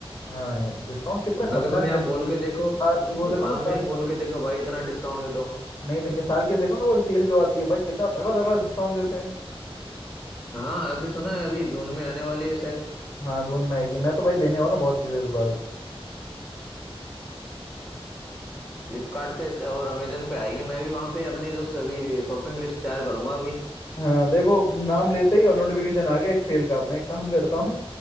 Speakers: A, on the left (about 30°); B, in the centre.
A: हाँ यार डिस्काउंट कितना
B: नगद
A: खतरनाक
B: में आप
A: देते
B: बोल
A: हैं
B: के देखो
A: साल वो देखो
B: दुकान
A: ना साल
B: में बोल के देखो भाई इतना डिस्काउंट दे दो
A: नहीं देंगे साल के देखो ना वो सेल जो आती है भाई कितना तगड़ा तगड़ा डिस्काउंट देते हैं
B: हाँ अभी सुना है अभी जून में आने वाली है सेल
A: हाँ जून में आएगी मैं तो भाई लेने वाला हूँ बहुत चीज़ें इस बार
B: फ्लिपकार्ट पे और अमेजन पे आएगी मैं भी वहां पे अपनी जो अभी शॉपिंग लिस्ट तैयार करूंगा अभी
A: हाँ देखो नाम लेते ही और नोटिफिकेशन आ गया एक सेल का मैं एक काम करता हूँ